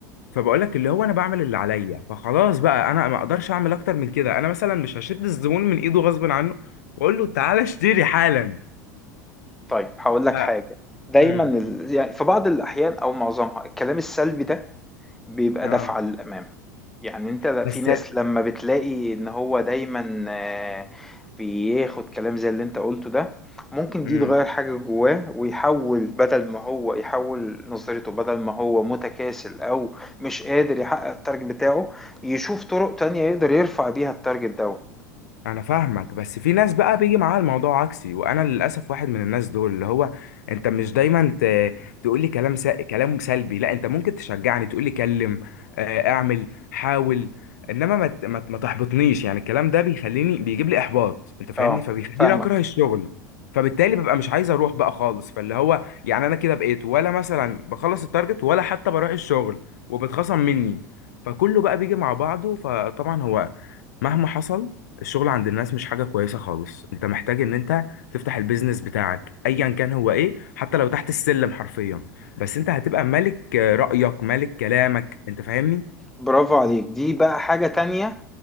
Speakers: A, on the left; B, in the centre.
A: فبقولك اللي هو انا بعمل اللي عليا فخلاص بقى انا ما اقدرش اعمل اكتر من كده انا مثلا مش هشد الزبون من ايده غصب عنه واقول له تعالى اشتري حالا
B: طيب هقول لك
A: ف...
B: حاجة دايما
A: امم
B: ال... يعني في بعض الاحيان او معظمها الكلام السلبي ده بيبقى
A: اه
B: دفعة للأمام، يعني أنت ل
A: بس
B: في ناس لمّا بتلاقي إن هو دايمًا آآ، بياخد كلام زي اللي أنت قُلته ده، ممكن دي
A: امم
B: تغيّر حاجة جواه ويحوّل بدل ما هو يحوّل نظرته بدل ما هو متكاسل أو مش قادر يحقق الtarget بتاعه، يشوف طرق تانية يقدر يرفع بيها الtarget دوّة.
A: انا فاهمك بس في ناس بقى بيجي معاها الموضوع عكسي وانا للاسف واحد من الناس دول اللي هو انت مش دايما ت... تقول لي كلام س... كلام سلبي لا انت ممكن تشجعني تقول لي كلم آه، اعمل حاول انما ما ت- ما ت- ما تحبطنيش يعني الكلام ده بيخليني بيجيب لي احباط انت فاهمني
B: آه،
A: فبيخليني
B: فاهمك،
A: اكره الشغل فبالتالي ببقى مش عايز اروح بقى خالص فاللي هو يعني انا كده بقيت ولا مثلا بخلص التارجت ولا حتى بروح الشغل وبتخصم مني فكله بقى بيجي مع بعضه فطبعا هو مهما حصل الشغل عند الناس مش حاجة كويسة خالص انت محتاج ان انت تفتح البيزنس بتاعك ايا كان هو ايه حتى لو تحت السلم حرفيا بس انت هتبقى ملك آه، رأيك ملك كلامك انت فاهمني
B: برافو عليك، دي بقى حاجة تانية